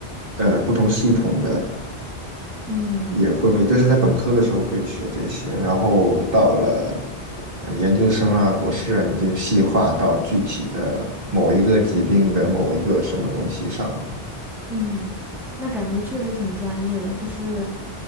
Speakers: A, on the right; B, in the centre.
A: 呃，不同系统的
B: 嗯
A: 也会，这是在本科的时候会学这些，然后到了呃研究生啊、博士啊，你就细化到具体的某一个疾病的某一个什么东西上了。
B: 嗯，那感觉确实挺专业的，就是